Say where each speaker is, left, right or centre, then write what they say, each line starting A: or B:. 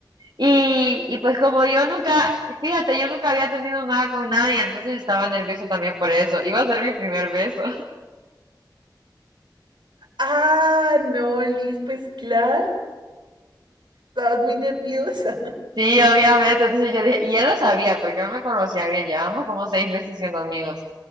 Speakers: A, on the right; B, on the right.
A: Y, y pues como yo nunca, fíjate, yo nunca había tenido nada con nadie, entonces estaba nerviosa también por eso. Iba a ser mi primer beso.
B: Ah, no, Liz, pues claro. Estabas muy nerviosa.
A: Sí, obviamente. Entonces yo dije, y él lo sabía, porque él me conocía bien, llevábamos como seis meses siendo amigos.